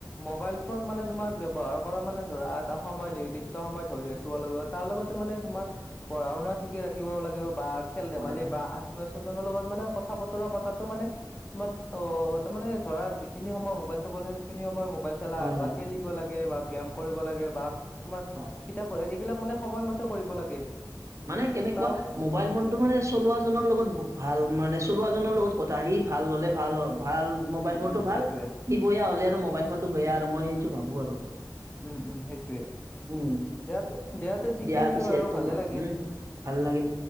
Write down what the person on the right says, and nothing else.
হয়
হয় হয়
হয়
মানে কেনেকুৱা
মোবাইল ফোনটো মানে চলুৱা জনৰ লগত ভাল মানে চলুৱা জনৰ লগত কথা সি ভাল হ'লে ভাল ভাল মোবাইল
ফোন
টো ভাল,
সি বেয়া হ'লে আৰু মোবাইল ফোনটো বেয়া আৰু মই সেইটো ভাবোঁ আৰু
উম
দিয়া
পিছে
তুম
উম, ভাল লাগিল।